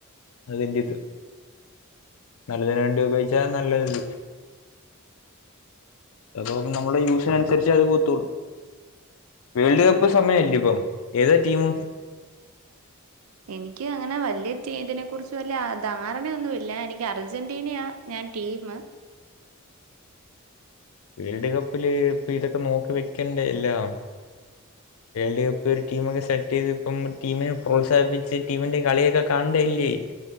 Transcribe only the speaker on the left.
അതിറത് നല്ലതിന വേണ്ടി ഉപയോഗിച്ചാ നല്ലത്. അപ്പൊ നമ്മള യൂഷിന അനുസരിച്ചേ അത് പോത്തുള്ളു. വേൾഡ്
കപ്പ് സമയല്ലിയോ ഇപ്പം. ഏതാ ടീമും.
വേൾഡ് കപ്പില് ഇപ്പൊ ഇതൊക്കെ നോക്കി വെക്കണ്ടേ എല്ലാം. വേൾഡ് കപ്പ് ഒരു ടീമൊക്കെ സെറ്റ് ചെയ്ത് ഇപ്പം ടീമിനെ പ്രോത്സാഹിപ്പിച്ച് ടീമിന്റെ കളിയൊക്കെ കാണണ്ടയല്ലേ.